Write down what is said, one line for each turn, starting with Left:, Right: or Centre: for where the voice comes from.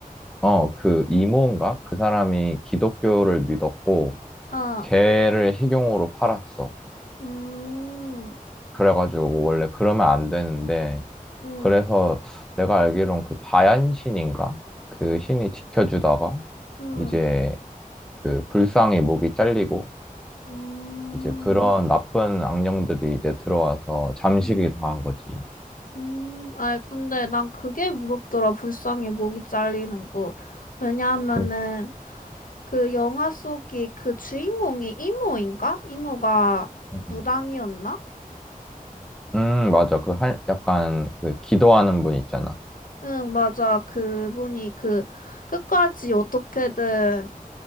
Centre: 어, 그 이모인가? 그 사람이 기독교를 믿었고,
Left: 어.
Centre: 개를 식용으로 팔았어.
Left: 음.
Centre: 그래가지고 원래 그러면 안 되는데
Left: 음.
Centre: 그래서 내가 알기론 그 바얀 신인가? 그 신이 지켜주다가
Left: 음.
Centre: 이제 그 불쌍히 목이 잘리고
Left: 음.
Centre: 이제 그런 나쁜 악령들이 이제 들어와서 잠식이 당한 거지.
Left: 음. 아이 근데 난 그게 무섭더라. 불쌍해 목이 잘리는 거. 왜냐하면은
Centre: 그,
Left: 그 영화 속이 그 주인공이 이모인가? 이모가
Centre: 음,
Left: 무당이었나?
Centre: 음, 맞아. 그 할, 약간 그 기도하는 분 있잖아.
Left: 응, 맞아. 그분이 그 끝까지 어떻게든